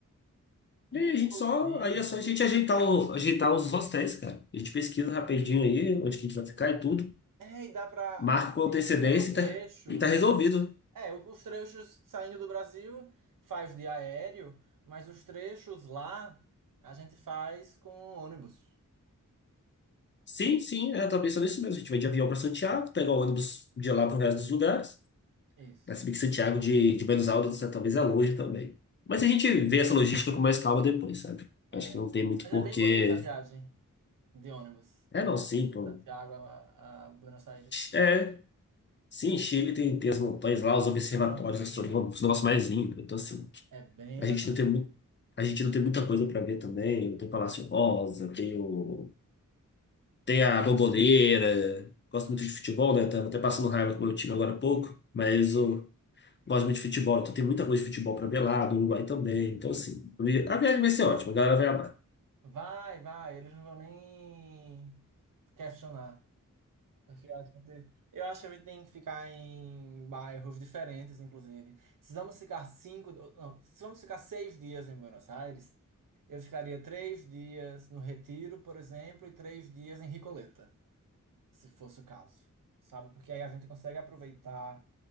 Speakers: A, on the right; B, on the left.
A: Inclusive,
B: aí a gente só, aí é só a gente ajeitar, o- ajeitar os hostéis, cara. A gente pesquisa rapidinho aí onde que a gente vai ficar e tudo,
A: é, e dá para.
B: marca com antecedência
A: O primeiro trecho.
B: e tá, e tá resolvido.
A: É, o- os trechos saindo do Brasil faz de aéreo, mas os trechos lá a gente faz com ônibus.
B: Sim, sim, eu tava pensando nisso mesmo. A gente vai de avião para Santiago, pegar o ônibus de lá para o resto dos lugares.
A: Isso.
B: Ah, Se bem que Santiago de, de Buenos Aires né, talvez é longe também. Mas a gente vê essa logística com mais calma depois, sabe?
A: É.
B: Acho que não tem muito
A: Mas
B: porquê.
A: é bem bonita a viagem de ônibus,
B: É,
A: de
B: não, sim, pô.
A: Santiago a, a Buenos Aires.
B: É. Sim, Chile tem, tem as montanhas lá, os observatórios
A: Aham.
B: astronômicos, o negócio mais lindo. Então, assim,
A: É bem
B: a gente
A: legal.
B: não tem muito, a gente não tem muita coisa para ver também. Tem Palácio Rosa, tem o, tem a Bombonera. Gosto muito de futebol, né? Tava até passando raiva com o meu time agora há pouco, mas o Gosto muito de futebol, então tem muita coisa de futebol pra ver lá, do Uruguai também. Então, assim, a viagem vai ser ótima, a galera vai amar.
A: Vai, vai, eles não vão nem questionar. Aqui a gente- Eu acho que a gente tem que ficar em bairros diferentes, inclusive. Se vamos ficar cinco, não, se vamos ficar seis dias em Buenos Aires, eu ficaria três dias no Retiro, por exemplo, e três dias em Ricoleta, se fosse o caso, sabe? Porque aí a gente consegue aproveitar